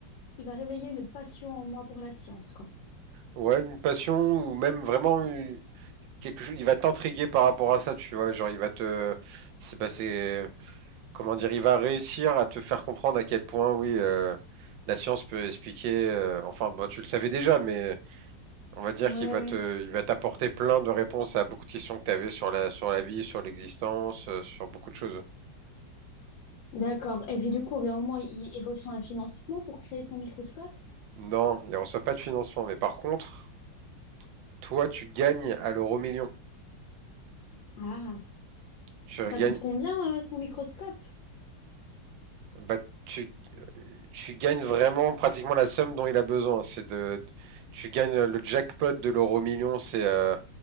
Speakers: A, on the left; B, on the right.
A: il va réveiller une passion en moi pour la science, quoi.
B: Ouais, une passion ou même vraiment une- quelque chose, il va t'intriguer par rapport à ça, tu vois, genre il va te c'est bah c'est comment dire, il va réussir à te faire comprendre à quel point, oui, euh, la science peut expliquer. euh, enfin, bon, tu le savais déjà, mais on va dire
A: Ouais,
B: qu'il va
A: ouais.
B: te, il va t'apporter plein de réponses à beaucoup de questions que tu avais sur la, sur la vie, sur l'existence, euh, sur beaucoup de choses.
A: D'accord. Et puis du coup, au bout d'un moment, il, il- il reçoit un financement pour créer son microscope.
B: Non, il ne reçoit pas de financement, mais par contre, toi, tu gagnes à l'euro million.
A: Ah,
B: Tu
A: ça
B: gagnes,
A: coûte combien euh, son microscope?
B: bah, tu, tu gagnes vraiment pratiquement la somme dont il a besoin. C'est de, tu gagnes le jackpot de l'euro million, c'est euh,